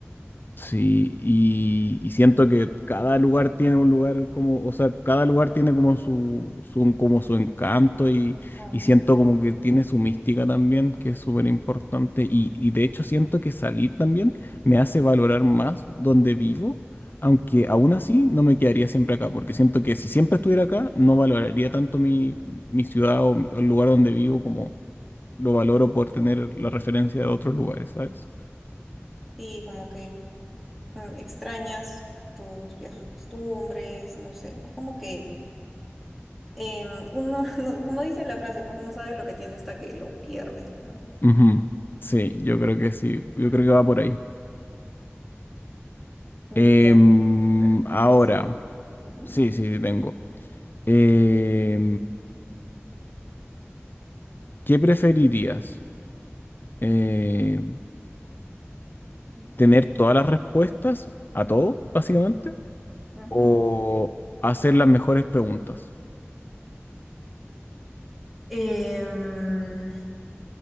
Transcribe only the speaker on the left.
Sí, y, y siento que cada lugar tiene un lugar como, o sea, cada lugar tiene como su, su- como su encanto y,
y siento como que tiene su mística también, que es súper importante. Y, y de hecho siento que salir también me hace valorar más donde vivo, aunque aún así no me quedaría siempre acá, porque siento que si siempre estuviera acá, no valoraría tanto mi, mi ciudad o el lugar donde vivo como lo valoro por tener la referencia de otros lugares, ¿sabes?
Ujú. Sí, yo creo que sí, yo
creo que va por ahí.
Em,
ahora,
sí, sí, sí, tengo. Em, ¿qué preferirías? Em,
¿tener todas las respuestas a todo, básicamente?
¿O hacer las mejores preguntas?